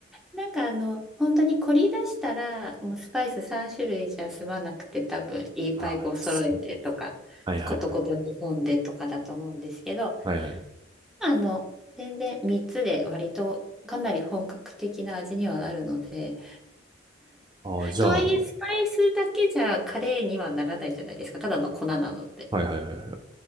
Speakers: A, in the centre; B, on the right.
A: なんかあの、本当に凝り出したら、もうスパイス3種類じゃ済まなくて、多分いっぱいこう揃えてとか、
B: あーそうはいはい
A: ことこと煮込んでとかだと思うんですけど、
B: はい。はいはい。
A: あの、全然3つで割とかなり本格的な味にはなるので、
B: ああ、じゃあ、
A: とはいえスパイスだけじゃカレーにはならないじゃないですか。
B: は
A: ただの粉なので。
B: いはいはいは